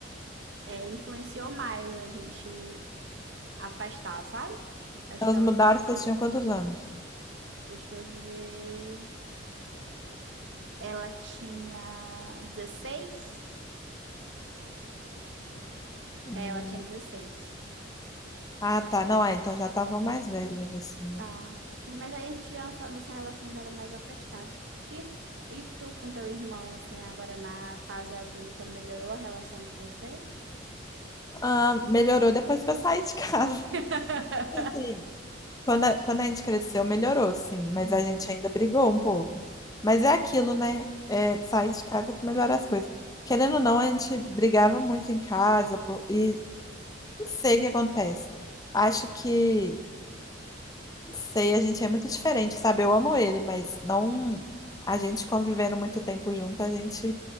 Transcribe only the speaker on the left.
Elas
mudaram, vocês tinham quantos anos?
Hum,
Ah, tá. Não, é, então já estavam mais velhas, assim, né?
Ah, melhorou depois que eu saí de casa.
<laughs> Assim, Quando a, quando a gente cresceu, melhorou, sim, mas
a gente ainda brigou um pouco. Mas é aquilo, né? É sair de casa que melhora as coisas. Querendo ou não, a gente brigava muito em casa, pô, e não sei o que acontece. Acho que, não sei, a gente é muito diferente, sabe? Eu amo ele, mas não. A gente convivendo muito tempo junto, a gente